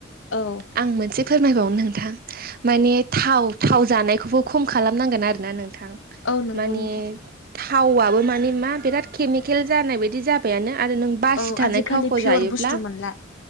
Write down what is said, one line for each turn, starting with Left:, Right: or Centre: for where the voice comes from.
Left: औ
Right: आं मोनसे फोरमायबावनो नोंथां माने थाव थाव जानायखौबो खम खालामनांगोन आरोना नोंथां
Left: औ नंगौ
Right: माने
Left: नोंथां
Right: थावबो माने मा बिराद केमिकेल जानाय बायदि जाबाय यानो आरो नों बासि
Left: औ
Right: थानाय
Left: आजिखालि
Right: थावखौ
Left: पियर
Right: जायोब्ला
Left: बुस्थु मोनला